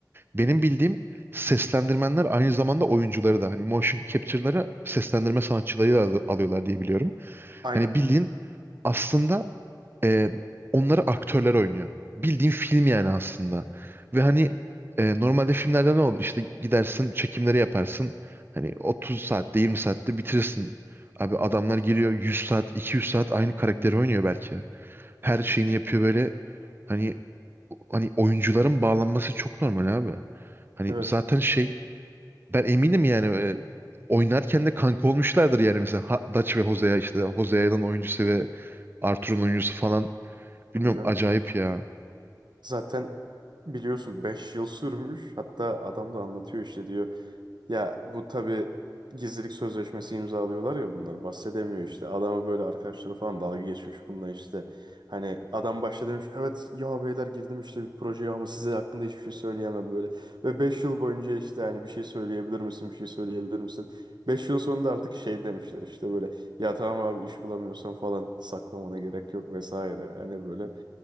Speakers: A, on the right; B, on the right.
A: benim bildiğim seslendirmenler aynı zamanda oyuncuları da hani motion capture'ları seslendirme sanatçıları da al- alıyorlar diye biliyorum.
B: Aynen.
A: Hani bildiğin aslında e, onları aktörler oynuyor. Bildiğin film yani aslında. Ve hani e, normalde filmlerde ne olur? İşte gidersin çekimleri yaparsın. Hani 30 saatte 20 saatte bitirirsin. Abi adamlar giriyor 100 saat 200 saat aynı karakteri oynuyor belki. Her şeyini yapıyor böyle. Hani hani oyuncuların bağlanması çok normal abi. Hani
B: Evet.
A: zaten şey ben eminim yani e, oynarken de kanka olmuşlardır yani mesela Ha- Dutch ve Hosea işte Hosea'nın oyuncusu ve Arthur'un oyuncusu falan
B: Tabii
A: bilmiyorum
B: canım.
A: acayip ya.
B: Zaten biliyorsun beş yıl sürmüş. Hatta adam da anlatıyor işte diyor. Ya bu tabii gizlilik sözleşmesi imzalıyorlar ya bunlar bahsedemiyor işte. Adama böyle arkadaşları falan dalga geçmiş bununla işte. Hani adam başta demiş evet ya beyler girdim işte bir projeye ama size hakkında hiçbir şey söyleyemem böyle. Ve 5 yıl boyunca işte hani bir şey söyleyebilir misin bir şey söyleyebilir misin? beş yıl sonunda artık şey demişler işte böyle ya tamam abi iş bulamıyorsan falan saklamana gerek yok vesaire. Hani böyle